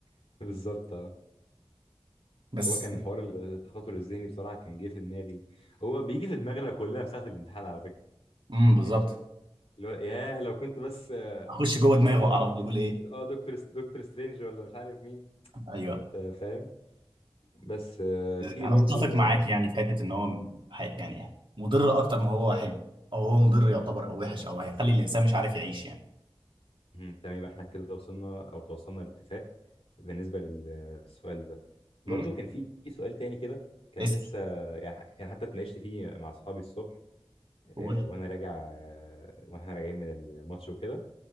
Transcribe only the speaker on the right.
بس
امم بالظبط
اخش جوه دماغه
اعرف بيقول ايه
ايوه
انا
متفق معاك
يعني في حته ان هو ح- يعني مضر اكتر ما هو حلو او هو مضر يعتبر او وحش او هيخلي الانسان مش عارف يعيش يعني
امم
اسال
قول